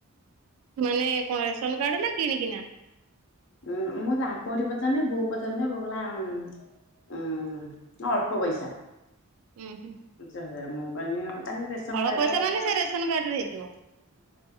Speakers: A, on the right; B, on the left.
A: ମାନେ କଣ ରେସନ କାର୍ଡ ନା କିଣିକିନା?
B: ଉଁ ମୁଁ ତାଙ୍କ ଘଠି ପଚାରନି ବୋଉ ପଚାନି୍ ବୋ କଲା ଉଁ ଅଳ୍ପ ପଇସା।
A: ହୁଁ ହୁଁ।
B: ପାଞ୍ଚ ମୁଁ ପାନିଅ। ତାନେ ରେସନ୍
A: ଅଳ୍ପ
B: କାର୍ଡ଼
A: ପଇସା
B: ରେ। <inaudible>
A: ମାନେ
B: ସେଦିନ
A: ସେ ରେସନ କାର୍ଡ ରେ ହେଇଥିବ।